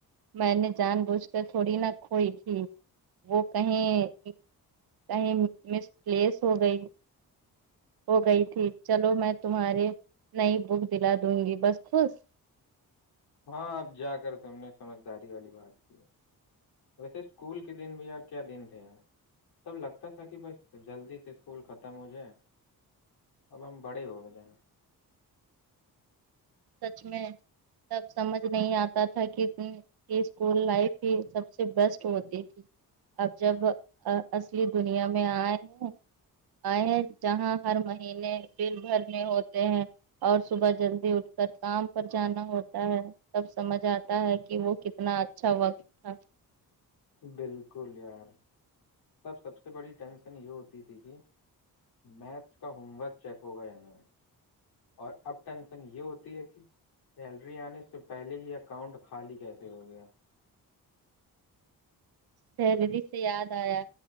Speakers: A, on the right; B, on the left.
A: میں نے جان بوجھ کر تھوڑی نہا کھوئی تھی وہ کہیں کہیں مس پلیس ہو گئی ہو گئی تھی چلو میں تمہاری نئی بک دلا دوں گی بس خوش
B: ہاں اب جا کر تم نے سمجداری والی بات کی ہے ویسے اسکول کے دن بھی یار کیا دن تھے یار سب لگتا تھا کہ بس جلدی سے اسکول ختم ہو جائےیں اب ہم بڑے ہو گئے جائ
A: سچ میں تب سمجھ نہیں آتا تھا کہ کہ اسکول لائف ہی سب سے بیسٹ ہوتی تھی اب جب اصلی دنیا میں آئے ہیں آئے ہیں جہاں ہر مہینے بل بھرنے ہوتے ہیں اور صبح جلدی اٹھ کام پر جانا ہوتا ہے تب سمجھ آتا ہے کہ وہ کتنا اچھا وقت تھا
B: بالکل یار سب سب سے بڑی ٹینشن یہ ہوتی تھی کہ میتھس کا ہوم ورک چیک ہوگا یا نہیں اور اب ٹینشن یہ ہوتی ہے کہ سیلری آنے سے پہلے ہی اکاؤنٹ خالی کیسے ہو گیا
A: سیلری سے یاد آیا